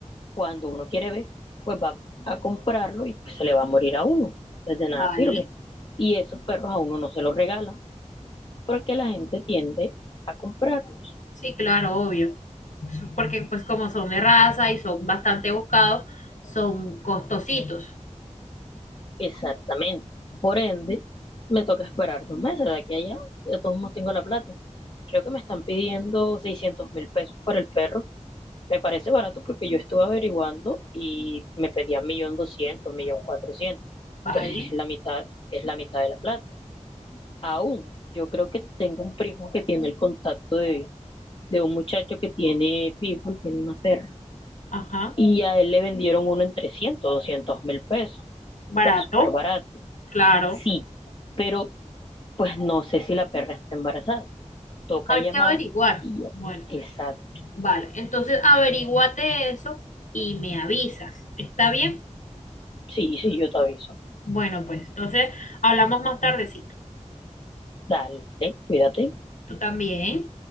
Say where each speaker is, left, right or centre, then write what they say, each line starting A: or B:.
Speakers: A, on the left (about 45°); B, on the left (about 75°).
A: cuando uno quiere ver, pues va a comprarlo y pues se le va a morir a uno. Entonces de nada
B: Vale.
A: sirve. Y esos perros a uno no se los regala, porque la gente tiende a comprarlos.
B: Sí, claro, obvio. Eso es Porque pues como son de raza y son bastante buscados, son costositos.
A: Exactamente. Por ende, me toca esperar dos meses de aquí a allá. De todos modos tengo la plata. Creo que me están pidiendo seiscientos mil pesos por el perro. Me parece barato porque yo estuve averiguando y me pedían millón doscientos, millón cuatrocientos.
B: Vale.
A: Entonces es la mitad, es la mitad de la plata. Aún, yo creo que tengo un primo que tiene el contacto de, de un muchacho que tiene pitbull, tiene una perra,
B: Ajá.
A: y a él le vendieron uno en trescientos doscientos mil pesos.
B: Barato.
A: Está súper barato.
B: Claro.
A: Sí, pero pues no sé si la perra está embarazada. Toca
B: Hay
A: llamar
B: que averiguar.
A: y ya.
B: Bueno.
A: Exacto.
B: Vale, entonces averíguate eso y me avisas. ¿Está bien?
A: Sí, sí, yo te aviso.
B: Bueno, pues entonces hablamos más tardecito.
A: Dale, cuídate.
B: Tú también.